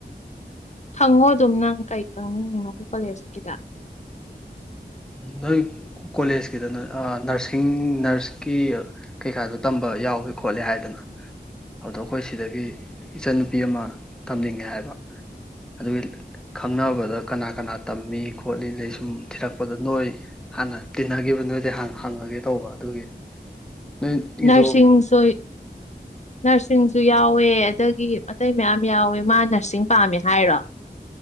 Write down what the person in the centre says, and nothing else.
ꯅꯣꯏ ꯀꯣꯂꯦꯖꯀꯤꯗꯅ‌ꯦ ꯅꯔꯁꯤꯡ ꯅꯔꯁꯒꯤ ꯀꯩꯀꯥꯗꯣ ꯇꯝꯕ ꯌꯥꯎꯑꯦ ꯈꯣꯠꯂꯦ ꯍꯥꯏꯗꯅ ꯑꯗꯣ ꯑꯩꯈꯣꯏ ꯁꯤꯗꯒꯤ ꯏꯆꯟꯅꯨꯄꯤ ꯑꯃ ꯇꯝꯅꯤꯡꯉꯦ ꯍꯥꯏꯕ ꯑꯗꯨꯒꯤ ꯈꯪꯅꯕꯗ ꯀꯅꯥ ꯀꯅꯥ ꯇꯝꯃꯤ ꯈꯣꯠꯂꯤ ꯑꯗꯩ ꯁꯨꯝ ꯊꯤꯔꯛꯄꯗ ꯅꯣꯏ ꯍꯥꯟꯅ ꯇꯤꯟꯅꯈꯤꯕ ꯅꯣꯏꯗ ꯍꯥꯟꯅ ꯍꯪꯉꯒꯦ ꯇꯧꯕ ꯑꯗꯨꯒꯤ ꯅꯣꯏꯒꯤꯗꯣ